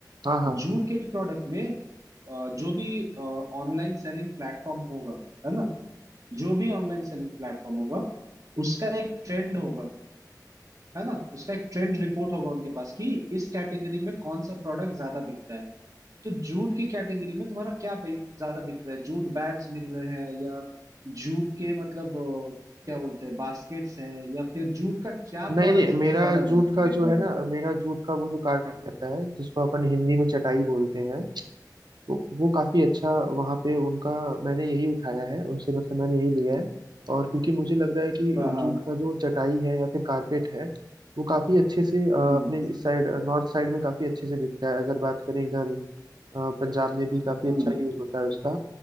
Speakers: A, on the right; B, on the right.
A: हाँ हाँ
B: जूट के प्रोडक्ट में अ, जो भी ऑनलाइन सेलिंग प्लेटफॉर्म होगा है ना जो भी ऑनलाइन सेलिंग प्लेटफॉर्म होगा उसका एक ट्रेंड होगा है ना उसका एक ट्रेंड रिपोर्ट होगा उनके पास कि इस कैटेगरी में कौन सा प्रोडक्ट ज्यादा बिकता है तो जूट की कैटेगरी में तुम्हारा क्या बे- ज्यादा बिक रहा है जूट बैग्स मिल रहे हैं या जूट के मतलब अ, क्या बोलते हैं बास्केट्स हैं या फिर जूट का क्या
A: नहीं
B: प्रोडक्ट
A: नहीं
B: सबसे
A: मेरा
B: ज्यादा
A: जूट
B: बिक
A: का
B: बिक
A: जो
B: रहा
A: है
B: है
A: ना मेरा जूट का वो जो कार्ड रहता है जिसको अपन हिंदी में चटाई बोलते हैं तो वो काफी अच्छा वहां पे उनका मैंने यही उठाया है उनसे मतलब मैंने यही लिया है और क्योंकि मुझे लग रहा है कि
B: हाँ हाँ
A: जूट का जो चटाई है या फिर कारपेट है वो काफी अच्छे से अ, अपने
B: हम्म
A: इस साइड नॉर्थ साइड में काफी अच्छे से बिकता है अगर बात करें इधर अ, पंजाब में भी काफी अच्छा
B: हम्म
A: यूज होता है उसका